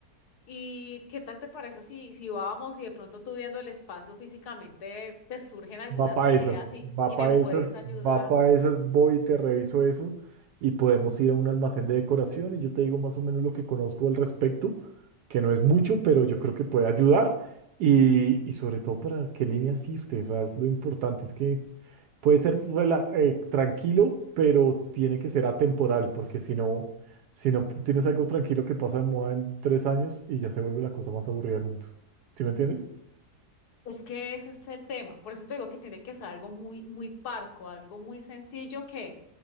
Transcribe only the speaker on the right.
Va para
esas,
va
para
esas,
va para esas, voy y te reviso eso y podemos ir a un almacén de decoración y yo te digo más o menos lo que conozco al respecto, que no es mucho, pero yo creo que puede ayudar y, y sobre todo para qué líneas irte, o sea, es lo importante, es que puede ser rela- eh, tranquilo, pero tiene que ser atemporal, porque si no, si no tienes algo tranquilo que pasa de moda en tres años y ya se vuelve la cosa más aburrida del mundo. ¿Sí me entiendes?